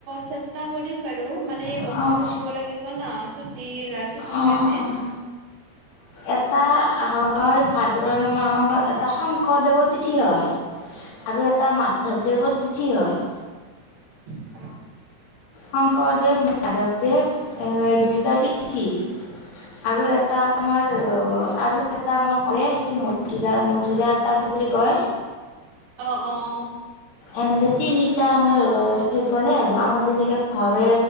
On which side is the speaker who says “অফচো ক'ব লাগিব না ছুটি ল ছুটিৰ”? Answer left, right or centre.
Right